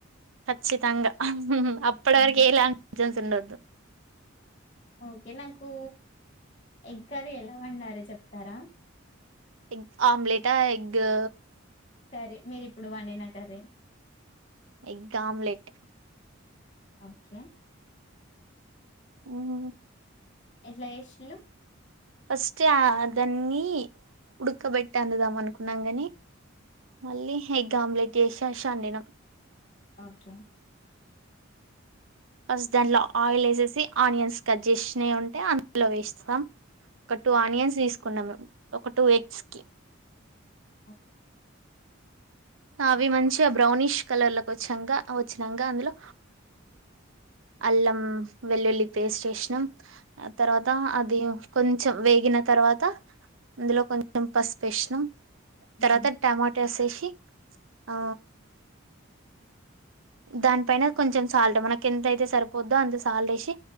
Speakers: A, on the right; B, on the left.
A: ఖచ్చితంగా అప్పటి
B: హ్మ్.
A: వరకు ఎయిలా తన్నదు
B: ఓకే నాకు ఎగ్ కర్రి ఎలా వండారో చెప్తారా
A: ఎగ్ ఆమ్లేటా ఎగ్గు
B: సరే మీరి ఇప్పుడు వండినా కర్రి
A: ఎగ్ ఆమ్లేట్
B: ఓకే
A: మ్మ్
B: ఎట్ల చేసిండు
A: ఫస్ట్ అ దన్ని ఉడకబెట్టి అందుదాం అనుకున్నాం కాని మళ్ళీ ఎగ్ ఆమ్లెట్ చేసేశా నేను
B: ఓకే
A: ఫస్ట్ దాంట్లో ఆయిల్ వేసేసి ఆనియన్స్ కట్ చేసినవి ఉంటే అందులో వేస్తాం ఒక టూ ఆనియన్స్ తీసుకున్నాం ఒక టూ ఎగ్స్ కి
B: మ్మ్
A: అవి మంచిగా బ్రౌనిష్ కలర్లోకి వచ్చాక వచ్చినాక అందులో అల్లం, వెల్లుల్లి పేస్ట్ వేసినాం తర్వాత అది కొంచెం వేగిన తర్వాత అందులో కొంచెం పసుపేసినాం
B: హుహు.
A: తరవాత టమోట ఎషేశి ఆ దానిపైన కొంచెం సాల్ట్ మనకు ఎంతయితే సరిపోద్దో అంత సాల్ట్ వేసి